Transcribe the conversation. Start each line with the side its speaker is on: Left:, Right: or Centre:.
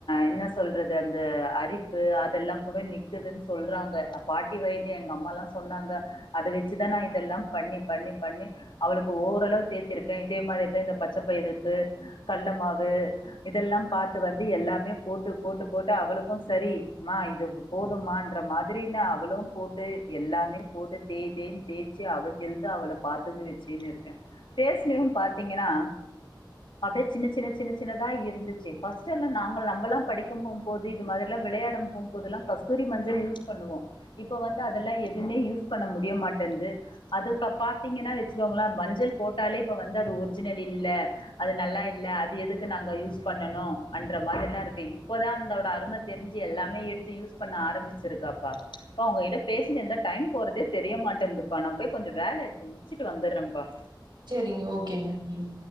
Left: என்ன சொல்றது அந்த அரிப்பு அதெல்லா கூட நிக்குதுன் சொல்றாங்க பாட்டி வைத்திய எங்க அம்மால்லா சொன்னாங்க அத வச்சுதா இதெல்லா பண்ணி பண்ணி பண்ணி அவளுக்கு ஓரளவு தேத்திருக்கே இதே மாதிரி தா இந்த பச்ச பயிருப்பு கல்ல மாவு இதெல்லா பாத்து வந்து எல்லாமே போட்டு போட்டு போட்டு அவளுக்கு சரி மா இது போதுமான்ற மாதிரி னா அவளு போட்டு எல்லாமே போட்டுட் தேய் தேய்ன்னு தேய்ச்சு அவ ஹெல்த்த அவள பாத்துக்க வச்சுன்னு இருக்கே ஃபேஸ்லையு பாத்தீங்கனா அப்டியே சின்ன சின்ன சின்னதா இருந்துச்சு ஃபர்ஸ்ட் எல்லா நாங்க நம்மல்லா படிக்க போ போது இது மாதிரில்லா விளையாட போம்போதுல்லா கஸ்தூரி மஞ்சள் யூஸ் பண்ணுவோ இப்ப வந்து அதெல்லா எதுமே யூஸ் பண்ண முடியமாட்டேந்து அதுக்க பாத்தீங்கன்னா வச்சுககோங்களே மஞ்சள் போட்டாலே இப்ப வந்து அது ஒரிஜினல் இல்ல அது நல்லா இல்ல அது எதுக்கு நாங்க யூஸ் பண்ணணு அன்ற மாதிரில்லா இருக்கு இப்பதா அதோட அரும தெரிஞ்சி எல்லாம் எடுத்து யூஸ் பண்ண ஆரம்பிச்சிருக்காப்பா பா உங்ககிட்ட பேசினு இருந்தா டைம் போறதே தெரிய மாட்டன்து பா நா போய் கொஞ்ச வேல இருக்கு முடிச்சுட்டு வந்துறம்ப்பா
Right: சரிங்க ஓகேங்க ம்